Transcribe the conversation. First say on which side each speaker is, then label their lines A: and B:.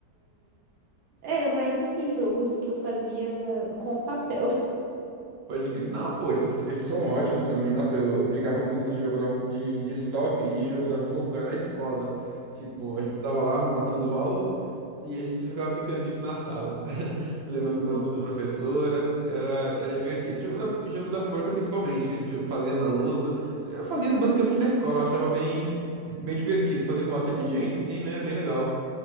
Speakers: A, on the right (about 90°); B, on the right (about 55°).
A: Era mais assim, jogos que eu fazia com papel.
B: Pode crer. Não, pô, esses, esses são ótimos também. Nossa, eu, eu brincava muito de jogo da- de, de stop e jogo da forca na escola. Tipo,
A: <laughs> Uhum,
B: a gente tava lá matando aula e a gente ficava brincando disso na sala. <laughs> Levando
A: uhum.
B: bronca da professora. Era, era divertido. Jogo da, jogo da forca, principalmente. A gente fazia na lousa. Eu fazia isso basicamente na escola. Eu achava bem, bem divertido. Fazer com bastante
A: uhum.
B: gente, assim, né? Bem legal.